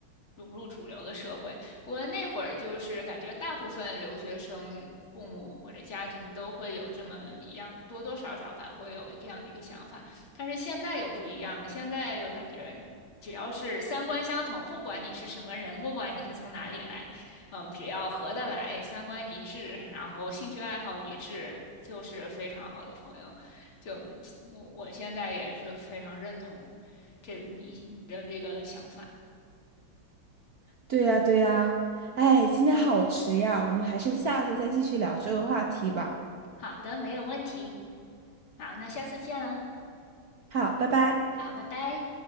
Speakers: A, on the left; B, on the right.
A: 融入主流的社会。不过那会儿就是感觉大部分留学生父母或者家庭都会有这么一样，多多少少吧，会有这样的一个想法。但是现在又不一样，现在又感觉只要是三观相同，不管你是什么人，不管你是从哪里来。嗯，只要合得来，三观一致，然后兴趣爱好一致，就是非常好的朋友。就我我现在也是非常认同这你你的这个想法。
B: 对呀，对呀，哎，今天好迟呀，我们还是下次再继续聊这个话题吧。
A: 好的，没有问题。好，那下次见了。
B: 好，拜拜。
A: 好，拜拜。